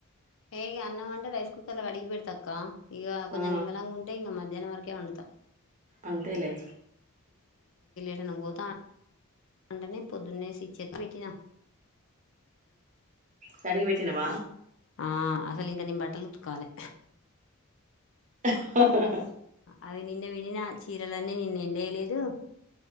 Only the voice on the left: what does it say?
ఏ గా అన్నమంటే రైస్ కుక్కర్ లో కడిగి పెడతా అక్క ఇగ కొంచెం
నిమ్మలంగా ఉంటే ఇంగ మం మధ్యానం వరకే వండుతా
ఎటైనా పోత అంటనే పొద్దున్నే సెచ్చిన
ఆ అసలు ఇంక నే బట్టలు ఉతకాలే
అవి నిన్న విండిన చీరలన్నీ నిన్న ఎండేయలేదు